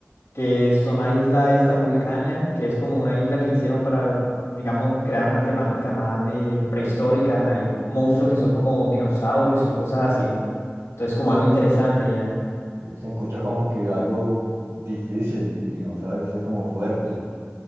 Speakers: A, on the left (about 75°); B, on the right (about 80°).
A: que son la isla esta Vulcania, que es como una isla que hicieron para, digamos, crear una temática más de prehistórica. Hay monstruos que son como dinosaurios y cosas así. Entonces, como algo interesante ya.
B: Se escucha como que algo difícil, dinosaurios, es como fuerte.